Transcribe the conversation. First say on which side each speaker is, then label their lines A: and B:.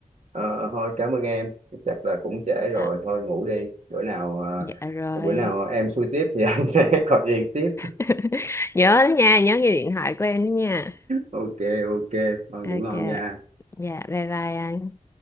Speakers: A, on the right; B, on the left.
A: Ờ, thôi cảm ơn em chắc là cũng trễ rồi
B: à,
A: thôi ngủ đi bữa nào ờ,
B: dạ rồi
A: bữa nào em xui tiếp thì <laughs> anh sẽ gọi điện tiếp
B: <laughs> nhớ đó nha nhớ nghe điện thoại của em đó nha
A: ok ok thôi ngủ
B: ok
A: ngon nha
B: dạ bye bye anh